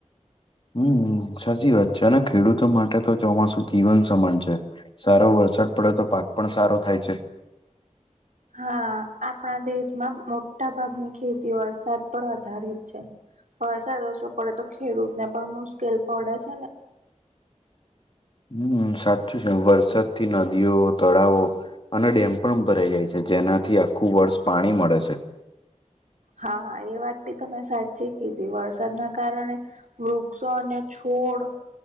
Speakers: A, on the left (about 45°); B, on the right (about 80°).
A: હમ સાચી વાત છે અને ખેડૂતો માટે તો ચોમાસું જીવન સમાન છે સારો વરસાદ પડે તો પાક પણ સારો થાય છે
B: હા આપણા દેશમાં મોટા ભાગની ખેતી વરસાદ પર આધારિત છે વરસા રોસો પડે તો ખેડૂત ને પણ મુશ્કેલ પડે છે ને
A: હમ સાચું છે વરસાદથી નદીઓ તળાવો અને ડેમ પણ ભરાઈ જાય છે જેનાથી આખું વર્ષ પાણી મળે છે
B: હા એ વાત બી તમે સાચી કીધી વરસાદના કારણે વૃક્ષો અને છોડ